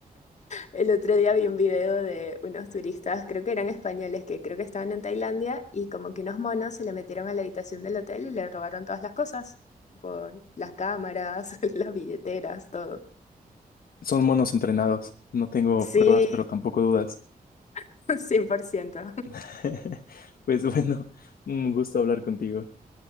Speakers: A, on the left; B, on the left.
A: El otro día vi un video de unos turistas, creo que eran españoles, que creo que estaban en Tailandia y como que unos monos se le metieron a la habitación del hotel y le robaron todas las cosas, tipo, las cámaras, <laughs> las billeteras, todo.
B: Son monos entrenados. No tengo
A: Sí,
B: pruebas, pero tampoco dudas.
A: <laughs> 100%.
B: <laughs> Pues bueno, un gusto hablar contigo.